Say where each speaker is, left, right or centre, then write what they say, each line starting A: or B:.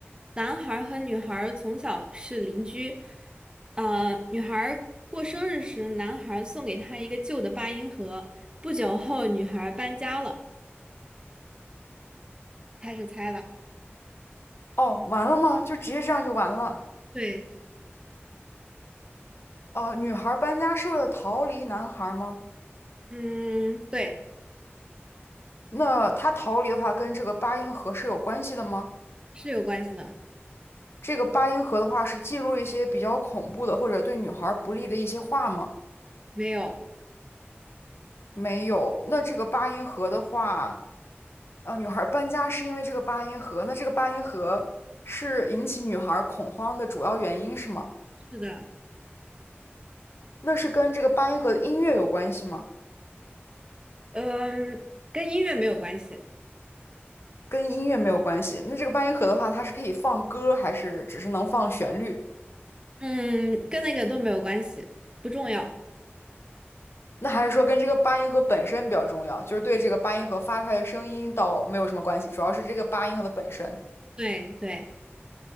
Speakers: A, on the right; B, on the left.
A: 男孩儿和女孩儿从小是邻居，呃，女孩儿过生日时，男孩儿送给她一个旧的八音盒，不久后女孩儿搬家了，开始猜吧。
B: 哦，完了吗？就直接这样就完了？
A: 对，
B: 哦、女孩搬家是为了逃离男孩吗？
A: 嗯，对，
B: 那她逃离的话，跟这个八音盒是有关系的吗？
A: 是有关系的，
B: 这个八音盒的话，是记录一些比较恐怖的或者对女孩不利的一些话吗？
A: 没有，
B: 没有。那这个八音盒的话，呃，女孩搬家是因为这个八音盒，那这个八音盒是引起女孩恐慌的主要原因是吗？
A: 是的，
B: 那是跟这个八音盒的音乐有关系吗？
A: 嗯，跟音乐没有关系。
B: 跟音乐没有关系。那这个八音盒的话，它是可以放歌，还是只是能放旋律？
A: 嗯，跟那个都没有关系，不重要。
B: 那还是说跟这个八音盒本身比较重要，就是对这个八音盒发出来的声音倒没有什么关系，主要是这个八音盒的本身。
A: 对对，